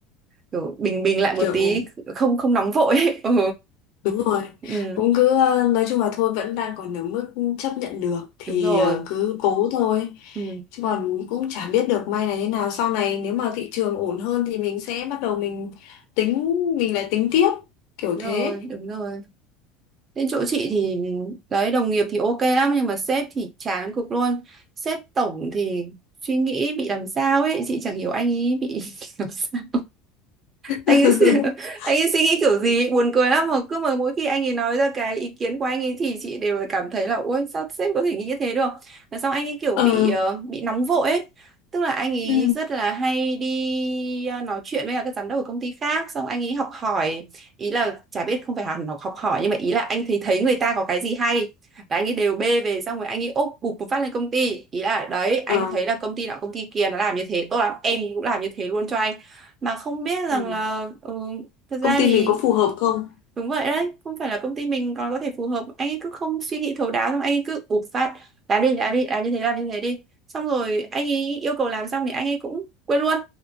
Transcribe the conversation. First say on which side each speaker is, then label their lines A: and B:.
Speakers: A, on the right (about 25°); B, on the left (about 70°).
A: kiểu bình bình lại
B: kiểu
A: một tí không không nóng vội <laughs> ấy. Ờ,
B: Đúng rồi,
A: Ừ,
B: cũng cứ ờ, nói chung là thôi vẫn đang còn ở mức chấp nhận được thì
A: đúng rồi.
B: ờ, cứ cố thôi.
A: Ừ,
B: Chứ còn cũng chả biết được may này thế nào. Sau này nếu mà thị trường ổn hơn thì mình sẽ bắt đầu mình tính, mình lại tính tiếp kiểu
A: đúng
B: thế.
A: rồi, đúng rồi. Đến chỗ chị thì đấy đồng nghiệp thì ok lắm nhưng mà sếp thì chán cực luôn. Sếp tổng thì suy nghĩ bị làm sao ấy, chị chẳng hiểu anh ấy bị <laughs> làm sao.
B: <laughs>
A: anh ấy suy- <laughs> anh ấy suy nghĩ kiểu gì ấy, buồn cười lắm mà cứ mà mỗi khi anh ấy nói ra cái ý kiến của anh ấy thì chị đều là cảm thấy là ôi sao sếp có thể nghĩ như thế được và xong anh ấy kiểu
B: Ờ,
A: bị ờ, bị nóng vội ấy tức là anh ấy
B: ừ,
A: rất là hay đi ờ, nói chuyện với cả các giám đốc của công ty khác xong anh ấy học hỏi ý là chả biết không phải hẳn học học hỏi nhưng mà ý là anh thấy thấy người ta có cái gì hay là anh ấy đều bê về xong rồi anh ấy úp bụp một phát lên công ty ý là đấy anh
B: ờ,
A: thấy là công ty nọ công ty kia nó làm như thế tốt lắm em cũng làm như thế luôn cho anh mà không biết
B: ừ.
A: rằng là ừ, thật ra
B: Công ty
A: thì
B: mình có phù hợp không?
A: Đúng vậy
B: Ừ.
A: đấy, không phải là công ty mình còn có thể phù hợp. Anh ấy cứ không suy nghĩ thấu đáo, xong anh ấy cứ ụp phạt. Làm đi, làm đi, làm như thế, làm như thế đi. Xong rồi anh ấy yêu cầu làm xong thì anh ấy cũng quên luôn.